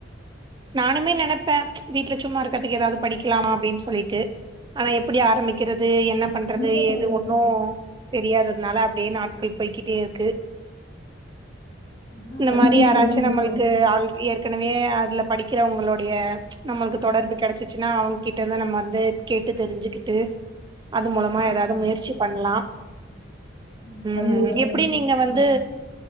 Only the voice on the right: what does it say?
நானுமே நெனிப்ப ம்ச் வீட்ல. சும்மா இருக்குறதுக்கு ஏதாவது படிக்கலாமா அப்டின் சொ. சொல்லிட்டு ஆனா. எப்படி ஆரம்பிக்கிறது. என்ன பண்றது
ஏது ஒண்ணு. தெரியாததுனால அப்படியே நாட்கள் போய்கிட்டே இருக்கு.
இந்த
மாரி
யாராச்சு
நம்மளுக்கு ஆள் ஏற். ஏற்கனவே அதுல. படிக்கிறவங்களளுடைய ம்ச் நம்மளுக்கு தொடர்பு கெடச்சிச்சுன்னா அவங்ககிட்ட வந்து நம்ம வந்து கேட்டு தெரிஞ்சுக்கிட்டு. அது மூலமா
ஏதாவது முயற்சி பண்லா.
உம்
எப்படி
நீங்க வந்து.